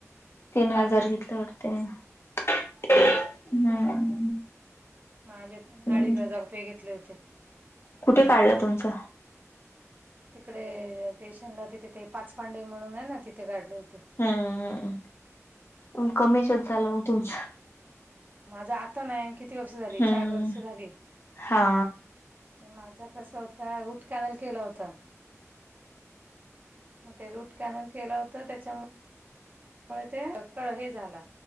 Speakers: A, on the left; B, on the right.
A: तीन हजार
B: हम्म
A: घेतले वाटतय. हम्म.
B: माझ्या पण
A: हम्म.
B: अडीच हजार रुपये घेतले होते.
A: कुठे काढलं तुमचं?
B: तिकडे स्टेशनला तिथे ते पाच पांडे म्हणून आहे ना, तिथे गाडले होते.
A: हम्म हम्म मग कमी ह्यातच झालं मग तुमच.
B: माझा आता नाय, किती वर्ष झाली?
A: हम्म
B: चार वर्ष झाली.
A: हा.
B: हे माझ कसं होत रूट कॅनल केला होता. मग ते रूट कॅनल केलं होत त्याच्याम मुळ ते क हे झाला.